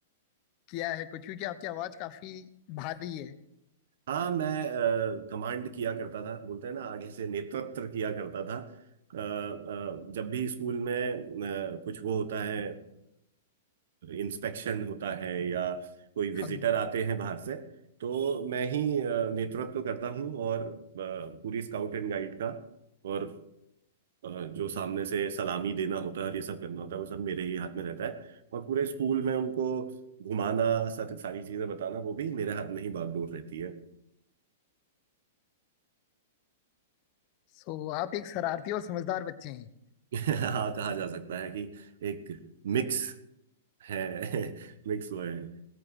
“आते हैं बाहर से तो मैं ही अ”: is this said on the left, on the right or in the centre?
Right